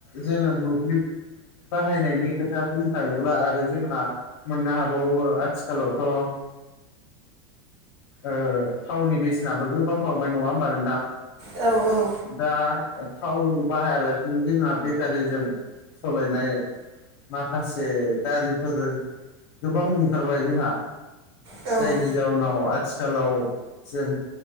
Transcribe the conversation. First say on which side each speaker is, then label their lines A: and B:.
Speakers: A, on the left; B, on the right.
A: जोङो मोब्लिब बाहायनायनि खोथा बुंनो थाङोब्ला आरो जोंहा मोननो हाबावो आथिखालावथ' ओ थावनि बेसेनाबो गोबां बांबाय नङा होमबा नोंथां
B: औ औ
A: दा थाव बाहायालासिनो जोंहा बेटारिजों सालायनाय माखासे गारिफोरबो गोबां ओंखारबाय जोंहा
B: औ औ
A: जायनि जाउोनाव आथिखालाव जों